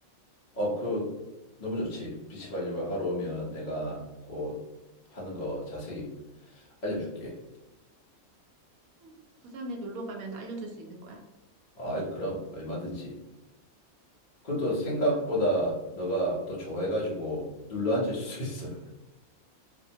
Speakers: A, on the left; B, on the right.
A: 어, 그 너무 좋지. 비치발리볼 하러 오면 내가 곧 하는 거 자세히 알려줄게.
B: 응. 부산에 놀러 가면 알려줄 수 있는 거야.
A: 아, 그럼 얼마든지. 그것도 생각보다
B: 고마워.
A: 너가 또 좋아해가지고 눌러 앉을 수 있어.